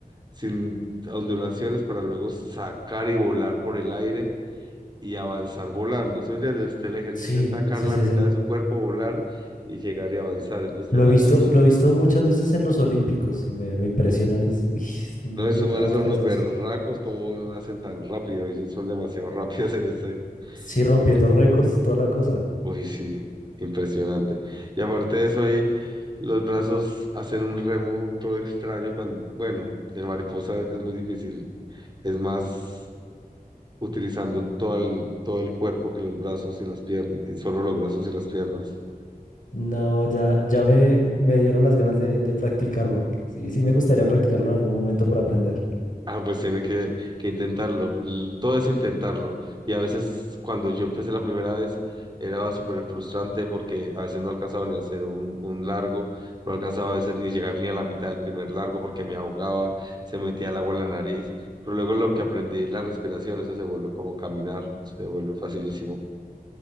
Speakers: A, on the right (about 30°); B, on the left (about 60°).
A: sin ondulaciones para luego sacar y volar por el aire y avanzar volando. ¿Sí me entiendes? Usted el ejercicio
B: Sí,
A: es sacar
B: sí,
A: la
B: sí,
A: mitad
B: sí.
A: de su cuerpo, volar y llegar y avanzar. Entonces
B: Lo
A: te va,
B: he visto,
A: uy.
B: lo he visto muchas veces en los Olímpicos y me, me impresionan. Es, <laughs> son
A: No,
B: muy
A: esos
B: bravos
A: manes son
B: para
A: unos
B: hacer
A: berracos,
B: eso.
A: ¿cómo hacen tan rápido? Ellos son demasiado <laughs> rápidos en ese.
B: Sí, rompiendo
A: eh,
B: récords y toda la cosa.
A: Uy, sí, impresionante. Y aparte de eso, ahí los brazos hacen un remo todo extraño cuando, bueno, en mariposa es muy difícil. Es más utilizando todo el, todo el cuerpo que los brazos y las piernas, y solo los brazos y las piernas.
B: No, ya, ya me, me dieron las ganas de, de practicarlo. Sí, sí me gustaría practicarlo en algún momento para aprender.
A: Ah, pues tiene que, que intentarlo. L- Todo es intentarlo. Y a veces cuando yo empecé la primera vez era súper frustrante porque a veces no alcanzaba ni a hacer un, un largo, no alcanzaba a veces ni llegar ni a la mitad del primer largo porque me ahogaba, se metía el agua en la nariz. Pero luego lo que aprendí, la respiración, eso se vuelve como caminar, se vuelve facilísimo.